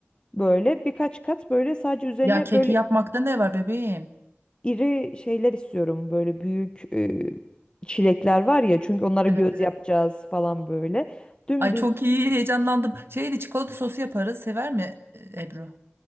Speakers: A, on the left; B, on the right.
A: Böyle birkaç kat böyle sadece üzerine
B: Ya keki
A: böyle
B: yapmakta ne var bebeğim?
A: iri şeyler istiyorum. Böyle büyük e, çilekler var ya çünkü onlara
B: Evet
A: göz
B: evet.
A: yapacağız falan böyle. dümdüz.
B: Ay çok iyi heyecanlandım. Şeydi çikolata sosu yaparız. Sever mi e, Ebru?